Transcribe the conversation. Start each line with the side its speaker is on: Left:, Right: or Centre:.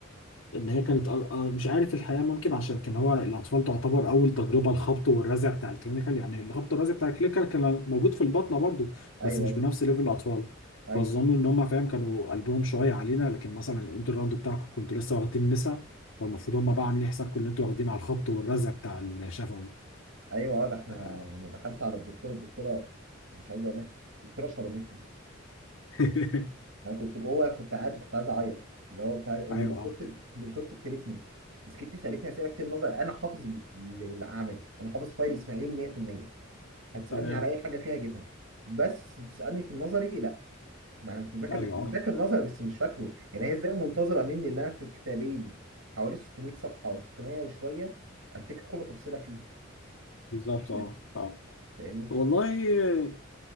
Left: ان هي كانت آه، آه، مش عارف الحقيقه ممكن عشان كان هو الاطفال تعتبر اول تجربه الخبط والرزع بتاع الكلينيكال يعني الخبط والرزع بتاع الكلينيكال كان موجود في البطنه برضو
Right: ايوه
Left: بس مش بنفس ليفل الاطفال
Right: ايوه
Left: فظنوا ان هم فاهم كانوا قلبهم شويه علينا لكن مثلا الانتر راوند بتاعكم كنتوا لسه واخدين نسا فالمفروض هم بقى عاملين حسابكم ان انتوا واخدين على الخبط والرزع بتاع الشفوي
Right: ايوه اه ده احنا
Left: آه.
Right: انا دخلت على الدكتوره الدكتوره مش عايز اقول لك الدكتوره شرمتني
Left: <laughs>
Right: انا كنت جوه كنت قاعد كنت عايز اعيط اللي هو بتاع
Left: ايوه
Right: دكتوره
Left: اه
Right: ال- دكتوره التريتمنت مسكتني سالتني اسئله كتير نظري انا حافظ ال- العملي انا حافظ فايل اسماعيل 100% هتسألني
Left: تمام
Right: على أي حاجة فيها أجيبها بس تسألني في النظري لا ما أنا مش مذاكر
Left: ايوه
Right: مذاكر
Left: آه.
Right: نظري بس مش فاكره يعني هي إزاي منتظرة مني اللي أنا في كتابين حوالي 600 صفحة أو 600 وشوية أفتكر كل تفصيلة فيها
Left: بالظبط
Right: مستحيلة
Left: اه اه
Right: فاهمني
Left: والله